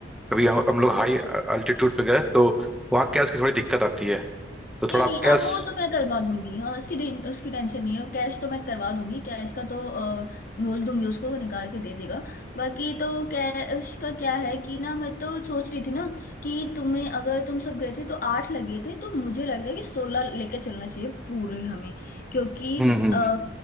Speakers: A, in the centre; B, on the left.
A: कभी हम हम लोग हाई अल्टीट्यूड पे गए तो वहाँ कैश की थोड़ी दिक्कत आती है तो
B: नहीं
A: थोड़ा
B: नहीं
A: आप कैश
B: अब वो तो मैं करवा दूंगी हाँ उसकी दे- उसकी टेंशन नहीं है कैश तो मैं करवा दूंगी कैश का तो अ, बोल दूंगी उसको वो निकाल के दे देगा बाकी तो कैश का क्या है कि ना मैं तो सोच रही थी ना कि तुम्हें अगर तुम सब गए थे तो आठ लगे थे तो मुझे लग रहा है कि सोलह लेके चलना चाहिए पूरे हमें क्योंकि
A: हम्म हम्म
B: आ,